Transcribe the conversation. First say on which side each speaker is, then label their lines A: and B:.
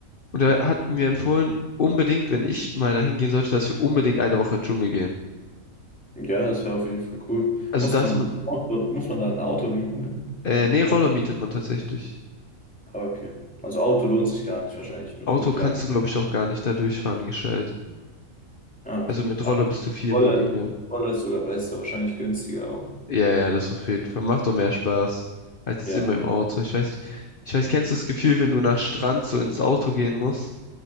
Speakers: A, on the left; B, in the centre.
A: Und er hat mir empfohlen, unbedingt, wenn ich mal dahin gehen sollte, dass wir unbedingt eine Woche in den Dschungel gehen.
B: Ja, das wäre auf jeden Fall cool.
A: Also
B: Muss
A: dass
B: man
A: man,
B: ein Auto, muss man dann ein Auto mieten?
A: äh, nee, Roller mietet man tatsächlich.
B: Ah, okay. Also Auto lohnt sich gar nicht wahrscheinlich mit
A: Auto
B: einem kleinen.
A: kannst du, glaube ich, auch gar nicht da durchfahren gescheit.
B: Ah, okay.
A: Also mit
B: Aber
A: Roller bist du viel
B: Roller,
A: mobiler.
B: Roller ist sogar besser, wahrscheinlich günstiger auch.
A: Ja, ja, das auf jeden Fall. Macht doch mehr Spaß als
B: Ja.
A: jetzt immer im Auto. Ich weiß, ich weiß, kennst du das Gefühl, wenn du nach Strand so ins Auto gehen musst?